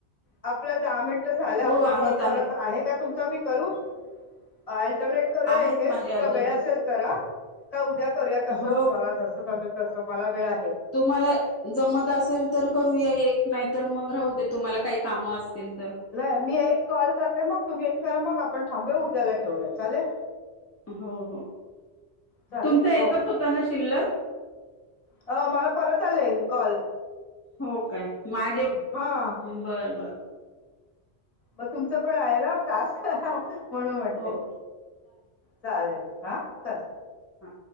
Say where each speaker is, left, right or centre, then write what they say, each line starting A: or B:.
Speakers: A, on the left; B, on the left.
A: आपलं दहा मिनट झालं. आपला
B: हो आहेत
A: कॉल
B: आहेत
A: परत आहे का? तुमचा मी करू? <unintelligible> करूया
B: आहेत
A: एक एक
B: माझे अजून
A: का वेळ असेल, तर हा का उद्या करूया, कसं
B: हो
A: तुम्हाला जसं तसं मला वेळ आहे.
B: तुम्हाला जमत असेल, तर करूया एक नाही तर मग राहू दे. तुम्हाला काही कामं असतील. तर
A: नाही, मी एक कॉल करते मग तुम्ही एक करा. मग आपण थांबूया. उद्याला एक करुया चालेल.
B: हो हो
A: चालेल
B: तुमचा एकच
A: ओके
B: होता, ना शिल्लक.
A: अ मला परत आलेय कॉल
B: हो काय माझे
A: <unintelligible>
B: बर बर
A: मग तुमचं पण आहे, ना टास्क. म्हणून, म्हणतेय
B: हो
A: चालेल. हा चाल
B: हा.